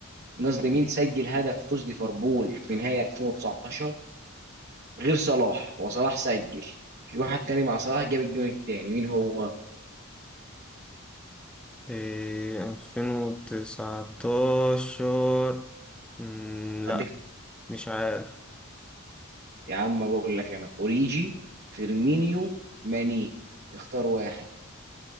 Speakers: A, on the right; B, in the centre.
A: قصدي مين سجل هدف فوز ليفربول في نهائي 2019 غير صلاح هو صلاح سجل في واحد تاني مع صلاح جاب الجون التاني مين هو
B: إيه ألفين وتسعتاشر مم، لأ
A: أديك
B: مش عارف
A: يا عم أقول لك أنا أوريجي فيرمينيو ماني اختار واحد